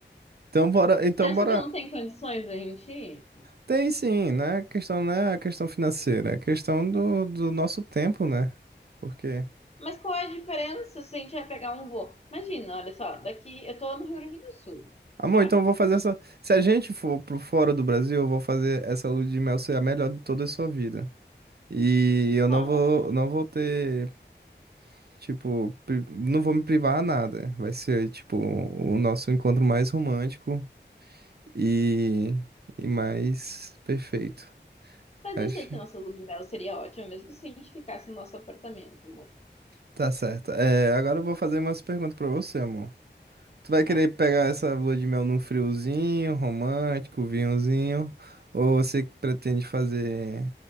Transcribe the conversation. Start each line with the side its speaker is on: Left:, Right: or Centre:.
Right: Então bora, então
Left: Você acha
Right: bora.
Left: que não tem condições da gente ir?
Right: Tem sim, né? A questão não é a questão financeira, é a questão do, do nosso tempo, né? Porque
Left: Mas qual é a diferença se a gente vai pegar um voo? Imagina, olha só, daqui eu tô no Rio Grande do Sul,
Right: Amor,
Left: tá?
Right: então eu vou fazer essa. Se a gente for pro fora do Brasil, eu vou fazer essa lua de mel ser a melhor de toda a sua vida. E eu
Left: Bom,
Right: não vou, não vou ter, tipo, pri- não vou me privar a nada. Vai ser, tipo, o nosso encontro mais romântico e, e mais perfeito.
Left: Mas
Right: Acho.
Left: eu sei que nossa lua de mel seria ótima, mesmo se a gente ficasse no nosso apartamento, amor.
Right: Tá certo. É, agora eu vou fazer umas perguntas pra você, amor. Tu vai querer
Left: Tá.
Right: pegar essa lua de mel num friozinho, romântico, vinhozinho, ou você pretende fazer